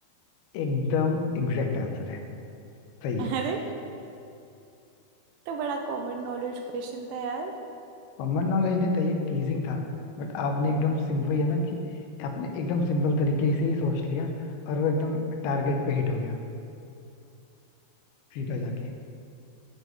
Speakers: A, on the left; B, on the right.
A: एकदम एग्जैक्ट आंसर है सही
B: अरे
A: है
B: तो बड़ा कॉमन नॉलेज क्वेश्चन था यार
A: कॉमन नॉलेज नहीं था ये टीजिंग था बट आपने एकदम सिंपल है ना कि आपने एकदम सिंपल तरीके से ही सोच लिया और वो एकदम टारगेट पे हिट हो गया सीधा जाके